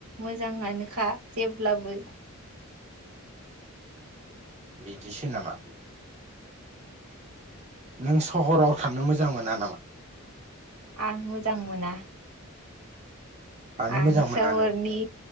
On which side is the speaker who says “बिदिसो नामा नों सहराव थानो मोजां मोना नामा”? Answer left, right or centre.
Right